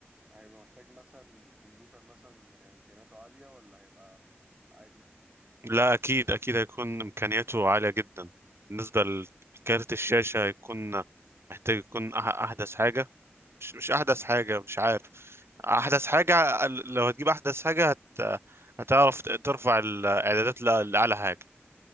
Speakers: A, on the right (about 25°); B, on the right (about 70°).
A: هيبقى محتاج مثلا كمبيوتر مثلا امكانياته عالية ولا هيبقى عادي
B: لا أكيد أكيد هيكون إمكانياته عالية جدا بالنسبة لكارت الشاشة هيكون محتاج يكون أح- أحدث حاجة مش, مش أحدث
A: مم.
B: حاجة مش عارف أحدث حاجة ال- لو هتجيب أحدث حاجة هت... هتعرف ت- ترفع الإعدادات ل- لأعلى حاجة